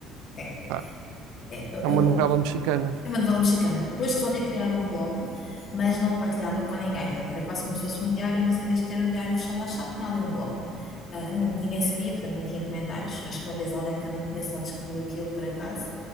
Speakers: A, on the left; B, on the right.
A: é,
B: Pá,
A: é. Eu,
B: é
A: eu,
B: uma novela mexicana.
A: É uma novela mexicana. Depois resolvi criar um blog, mas não o partilhava com ninguém. Portanto, era quase como se fosse um diário, mas em vez de ter um diário fechado à chave, tinha ali um blog. Ah, n- ninguém sabia, portanto, nem tinha comentários. Acho que uma vez alguém que eu não conheço lá descobriu aquilo por acaso,